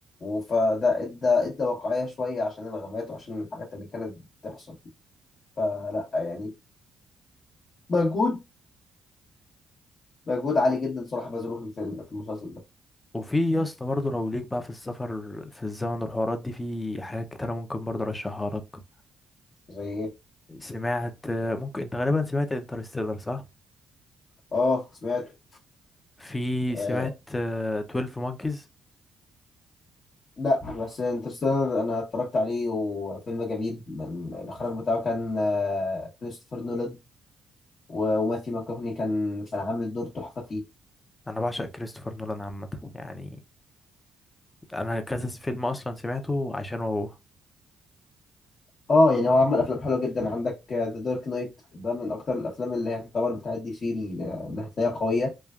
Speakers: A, on the left; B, on the left.
A: فده ادى ادى واقعية شوية عشان الغابات وعشان الحاجات اللي كانت بتحصل فلا يعني مجهود مجهود عالي جدا صراحة بذلوه في الفيلم في المسلسل ده
B: وفي يا اسطى برضه لو ليك بقى في السفر في الزمن والحوارات دي في حاجات كتيرة ممكن برضه ارشحها لك
A: زي ايه
B: سمعت ممكن انت غالبا سمعت انترستيلر صح
A: اه سمعته
B: في سمعت
A: آه
B: 12 مونكيز
A: لا بس انترستيلر انا اتفرجت عليه وفيلم جميل من- الاخراج بتاعه كان آه كريستوفر نولان و- وماثيو ماكوهني كان كان عامل دور تحفة فيه
B: انا بعشق كريستوفر نولان عامه يعني انا كذا فيلم اصلا سمعته عشان هو
A: اه يعني هو عمل افلام حلوة جدا عندك ذا دارك نايت ده من اكتر الافلام اللي هي تعتبر بتاعت دي سي اللي هتلاقيها قوية